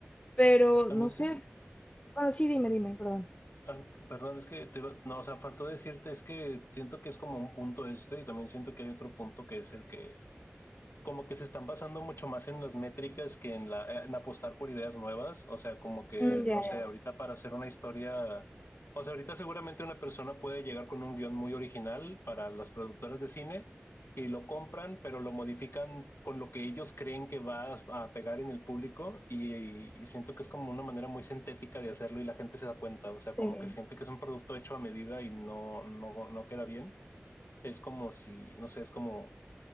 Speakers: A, on the left; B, on the left.
A: Pero
B: También
A: no sé,
B: siento,
A: bueno, sí, dime, dime, perdón.
B: ah, perdón, es que te iba- no, o sea, faltó decirte, es que siento que es como un punto este y también siento que hay otro punto que es el que como que se están basando mucho más en las métricas que en la, en apostar por ideas nuevas. O sea, como que,
A: Mm,
B: no
A: ya,
B: sé,
A: ya.
B: ahorita para hacer una historia, o sea, ahorita seguramente una persona puede llegar con un guión muy original para las productoras de cine y lo compran, pero lo modifican con lo que ellos creen que va a, a pegar en el público y, y siento que es como una manera muy sintética de hacerlo y la gente se da cuenta. O sea, como
A: Sí,
B: que siente que es un producto hecho a medida y no, no, no queda bien. Es como si, no sé, es como